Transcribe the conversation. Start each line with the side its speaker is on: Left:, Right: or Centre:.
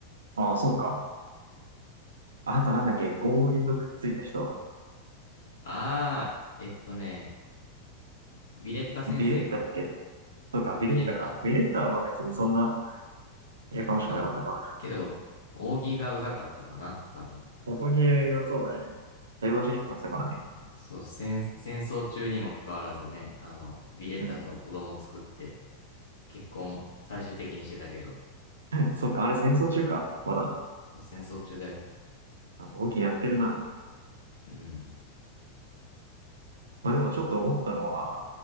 Right: ああ、そうか。あとなんだっけ。扇とくっついた人。
Left: あー、えっとね、ビレッタ先生か。
Right: ビレッタだっけそうか、
Left: そう、
Right: ビレッタか。
Left: ビレッタ。
Right: ビレッタは別にそんな、やかましくなかったか。
Left: まあ、けど、扇がうざかったかな、多分。
Right: 扇はそうだね。だいぶ足引っ張ってたからね。
Left: そう、戦、戦争中にもかかわらずね、あの、ビレッタと子供作って、
Right: うん。
Left: 結婚最終的にしてたけど、
Right: <laughs> そうか、あれ戦争中か。まだ。
Left: 戦争中だよ。
Right: あ扇やってるな。
Left: うん。
Right: まあでもちょっと思ったのは、